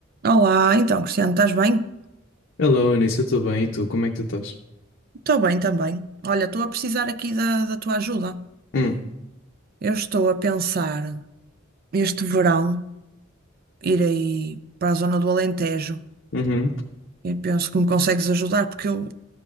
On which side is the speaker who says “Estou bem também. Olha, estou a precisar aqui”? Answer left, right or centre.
Right